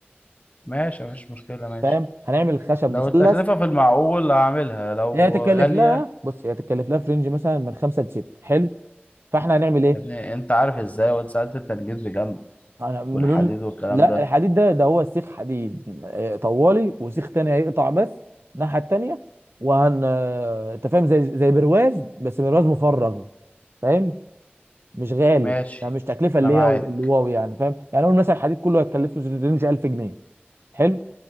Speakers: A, on the left; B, on the right.
A: ماشي مفيش مشكله ماشي
B: فاهم هنعمل خشب
A: لو
B: مثلث
A: التكلفه في المعقول هعملها لو
B: هي هتتكلف
A: غاليه
B: لها بص هي هتتكلف لها في رينج مثلا من خمسه لسته حلو فاحنا هنعمل ايه؟
A: يا ابني انت عارف ازاي وانت سالت انت جيت بكام
B: انا بنقول
A: والحديد والكلام
B: لا
A: ده
B: الحديد ده ده هو سيخ حديد آه، طوالي وسيخ تاني هيقطع بس الناحيه التانيه وهن آه، انت فاهم زي زي برواز بس برواز مفرغ فاهم مش غالي
A: ماشي
B: يعني مش تكلفه اللي
A: انا معاك
B: هي اللي واو يعني فاهم يعني اقول مثلا الحديد كله هيكلف له رينج 1000 جنيه حلو